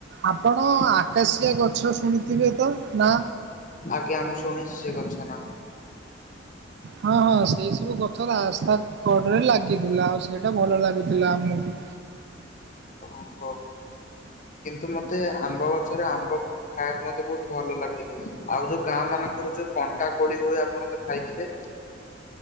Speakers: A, on the right (about 60°); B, on the left (about 40°).
A: ଆପଣ ଆକାଶିଆ ଗଛ ଶୁଣିଥିବେ ତ ନା?
B: ଆଜ୍ଞା ମୁଁ ଶୁଣିଛି ସେ ଗଛ ନା
A: ହଁ ହଁ ସେଇ ସବୁ ଗଛ ରାସ୍ତା କଡ଼ରେ ଲାଗିଥିଲା ଆଉ ସେଇଟା ଭଲ ଲାଗୁଥିଲା ଆମକୁ।
B: ଅହୋ କେ କିନ୍ତୁ ମତେ ଆମ୍ବ ଗଛରେ ଆମ୍ବ ଖାଇବାକୁ ମତେ ବହୁତ ଭଲ ଲାଗେ। ଆଉ ଯୋଉ ଗାଁ ମାନଙ୍କରେ ଯୋଉ କଣ୍ଟା କୋଳି ହୁଏ ଆପଣ ତ ଖାଇଥିବେ?